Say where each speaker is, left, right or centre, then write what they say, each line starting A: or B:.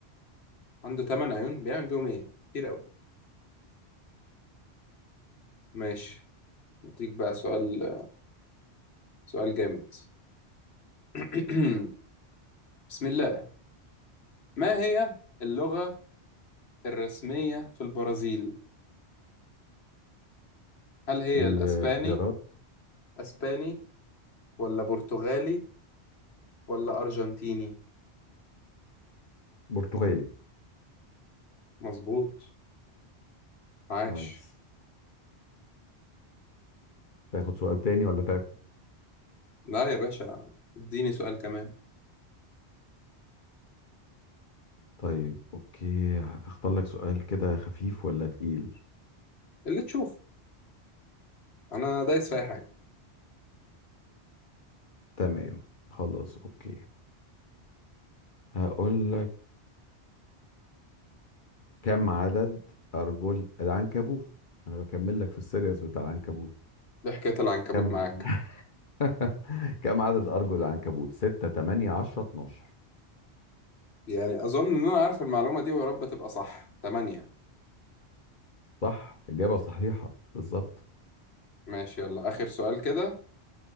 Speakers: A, on the left (about 70°); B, on the left (about 50°).
A: عنده تمن عيون بيعمل بيهم ايه كتير اوي ماشي اديك بقى سؤال سؤال جامد <clears throat> بسم الله ما هي اللغة الرسمية في البرازيل هل هي
B: <laughs> الاختيارات
A: الاسباني اسباني ولا برتغالي ولا ارجنتيني
B: برتغالي
A: مظبوط عاش
B: نايس تاخد سؤال تاني ولا تعب؟
A: لا يا باشا اديني سؤال كمان
B: طيب اوكي اختار لك سؤال كده خفيف ولا تقيل
A: اللي تشوف انا دايس في اي حاجه
B: تمام خلاص اوكي هقول لك كم عدد ارجل العنكبوت انا بكمل لك في السيريس بتاع العنكبوت
A: إيه حكايه العنكبوت
B: كم
A: معاك
B: ع- <laughs> كم عدد ارجل العنكبوت 6 8 10 12
A: يعني اظن ان انا عارف المعلومه دي ويا رب تبقى صح تمانية
B: صح اجابة صحيحة بالظبط
A: ماشي يلا اخر سؤال كده